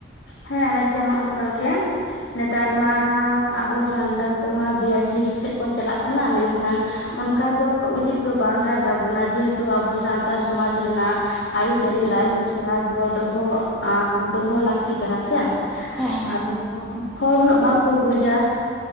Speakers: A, on the left; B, in the centre.
A: ᱦᱮ ᱟᱞᱮ ᱥᱮᱫ ᱦᱚ ᱚᱱᱠᱟ ᱜᱮ ᱱᱮᱛᱟᱨ
B: ᱟᱪᱪᱷᱟ
A: ᱢᱟ ᱟᱵᱚ ᱥᱟᱱᱛᱟᱲ ᱠᱚᱢᱟ ᱵᱤ ᱟᱭ ᱥᱤ ᱥᱮᱫ ᱠᱚ ᱪᱟᱞᱟᱜ ᱠᱟᱱᱟ ᱢᱮᱱᱠᱷᱟᱱ
B: ᱟᱪᱪᱷᱟ
A: ᱚᱱᱠᱟ ᱛᱚ ᱩᱪᱤᱛ ᱫᱚ ᱵᱟᱝ ᱠᱟᱱ ᱛᱟᱵᱩᱱᱟ ᱡᱮ ᱦᱮᱛᱩ ᱟᱵᱚ ᱥᱟᱶᱛᱟ ᱥᱚᱢᱟᱡᱽ ᱨᱮᱱᱟᱜ ᱟᱨᱤ ᱪᱟᱞᱤ
B: ᱟᱪᱪᱷᱟ
A: ᱞᱟᱭᱼᱞᱟᱠᱪᱟᱨ
B: ᱟᱪᱪᱷᱟ
A: ᱵᱚ ᱫᱚᱦᱚ ᱟ ᱫᱚᱦᱚ ᱞᱟᱠ ᱞᱟᱹᱠᱛᱤ ᱠᱟᱱᱟ ᱥᱮ
B: ᱦᱮᱸ ᱦᱮᱸ
A: ᱟᱫᱚ ᱦᱚᱲ ᱩᱱᱟᱹᱜ ᱵᱟᱝᱠᱚ ᱵᱩᱡᱽᱟ